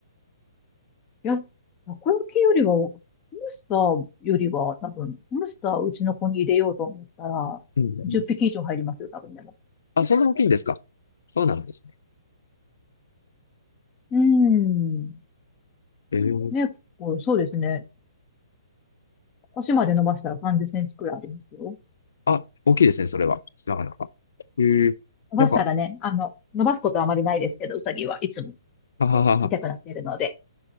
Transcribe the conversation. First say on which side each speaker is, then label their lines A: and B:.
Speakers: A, on the left; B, on the left.
A: いや、たこ焼きよりは、ハムスターよりは、多分、ハムスターうちの子に入れようと思ったら、
B: うん
A: 10匹以上入りますよ、多分でも。
B: あ、そんな大きいんですかそうなんですね。
A: うーん。
B: えー、
A: ね、こう、そうですね。足まで伸ばしたら30センチくらいありますよ。
B: あ、大きいですね、それは。なかなか。えー、
A: 伸ばしたらね、
B: なんか、
A: あの、伸ばすことはあまりないですけど、うさぎはいつも
B: はははは、
A: こう小さくなっているので。